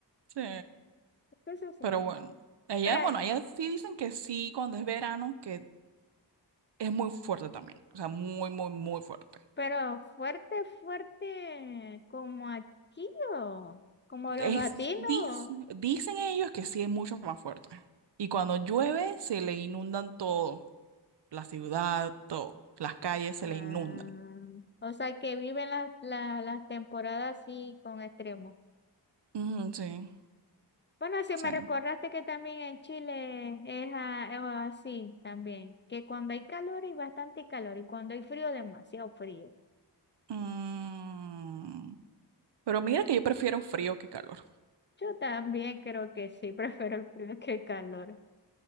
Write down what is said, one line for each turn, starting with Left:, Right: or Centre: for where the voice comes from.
Right: Sí.
Left: Entonces sí.
Right: Pero bueno, allá,
Left: Pero,
Right: bueno, allá sí dicen que sí, cuando es verano, que es muy fuerte también. O sea, muy, muy, muy fuerte.
Left: pero fuerte, fuerte, como aquí o como los
Right: Es,
Left: latinos.
Right: dicen, dicen ellos que sí es mucho más fuerte. Y cuando llueve, se le inundan todo. La ciudad, todo. Las calles se
Left: Ah,
Right: le inundan.
Left: o sea que viven las, la- las temporadas así con extremos.
Right: Ujú, sí,
Left: Bueno, si
Right: sí.
Left: me recordaste que también en Chile es, a- es así también, que cuando hay calor hay bastante calor y cuando hay frío demasiado frío.
Right: Mm, Pero mira que yo prefiero frío que calor.
Left: Yo también creo que sí, <laughs> prefiero el frío que el calor.